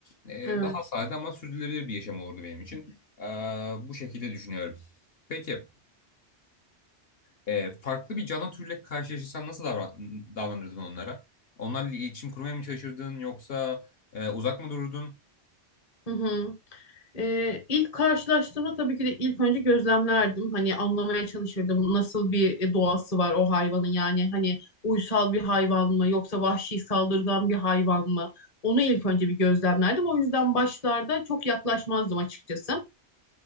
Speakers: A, on the left; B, on the left.
A: E,
B: Evet.
A: daha sade ama sürdürülebilir bir yaşam olurdu benim için. E, bu şekilde düşünüyorum. Peki, e, farklı bir canlı türle karşılaşırsan nasıl davran davranırdın onlara? Onlarla iletişim kurmaya mı çalışırdın yoksa e, uzak mı dururdun?
B: Hı hı. Ee, ilk karşılaştığımda tabii ki de ilk önce gözlemlerdim. Hani anlamaya çalışırdım nasıl bir e, doğası var o hayvanın yani hani uysal bir hayvan mı yoksa vahşi saldırgan bir hayvan mı? Onu ilk önce bir gözlemlerdim. O yüzden başlarda çok yaklaşmazdım açıkçası.